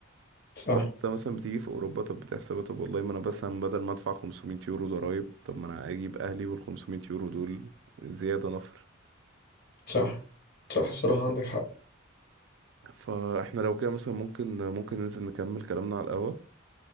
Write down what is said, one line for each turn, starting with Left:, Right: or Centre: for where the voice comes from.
Left: صح
Right: فانت مثلا بتيجي في اوروبا طب بتحسبها طب والله ما انا بس بدل ما ادفع 500 يورو ضرائب طب ما انا اجيب اهلي وال 500 يورو دول زياده نفر
Left: صح صح الصراحة عندك حق
Right: فاحنا لو كده مثلا ممكن ممكن ننزل نكمل كلامنا على القهوه